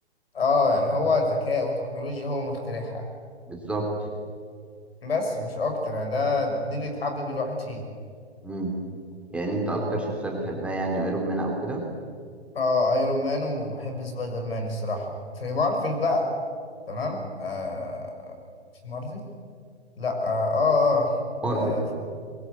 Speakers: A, on the left (about 60°); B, in the centre.
A: اه يعني هو ذكاء وتكنولوجيا هو مخترعها
B: بالظبط
A: بس مش اكتر يعني ده دي اللي تحبب الواحد فيه
B: مم. يعني انت اكتر شخصية بتحبها يعني ايرون مان او كده
A: اه ايرون مان وبحب سبايدر مان الصراحة في مارفل بقى تمام آه في مارفل لا اه اه,
B: مارفل
A: آه.
B: مارفل
A: في